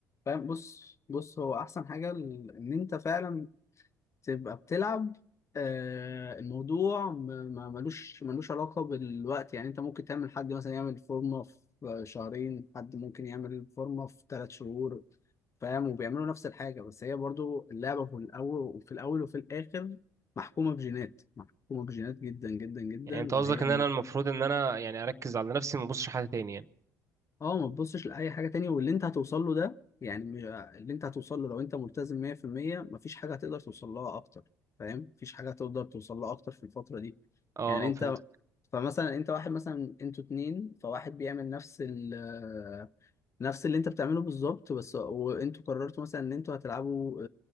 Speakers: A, on the left; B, on the right.
A: فاهم بص بص هو احسن حاجة ال- ان انت فعلا تبقى بتلعب آه، الموضوع م- ما ملوش ملوش علاقة بالوقت يعني انت ممكن تعمل حد مثلا يعمل فورمة في شهرين حد ممكن يعمل فورمة في ثلاث شهور فاهم وبيعملوا نفس الحاجة بس هي برضو اللعبة في الأول وفي الأول وفي الآخر محكومة بجينات محكومة بجينات جدا جدا جدا
B: يعني انت قصدك
A: وهي
B: ان انا المفروض ان انا يعني اركز على نفسي وما ابصش حد تاني يعني
A: اه ما تبصش لاي حاجه تانية واللي انت هتوصل له ده يعني م- اللي انت هتوصل له لو انت ملتزم 100% مفيش حاجه هتقدر توصل لها اكتر فاهم مفيش حاجه هتقدر توصل لها اكتر في الفتره دي
B: اه
A: يعني
B: اه
A: انت
B: فهمت
A: فمثلا انت واحد مثلا انتوا اتنين فواحد بيعمل نفس ال آه، نفس اللي انت بتعمله بالظبط بس وانتوا قررتوا مثلا ان انتوا هتلعبوا